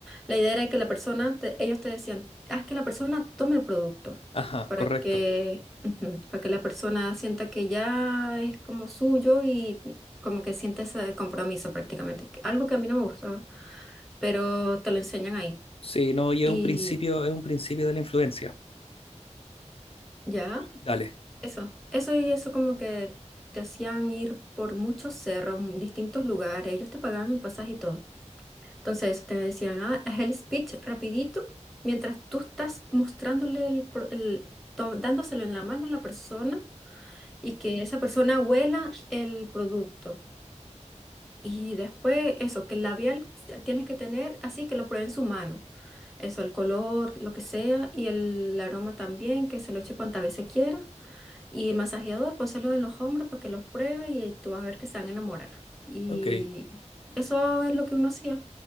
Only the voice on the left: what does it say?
Ajá,
correcto.
Sí, no, y
es un principio, es un principio de la influencia.
Dale.
Ok.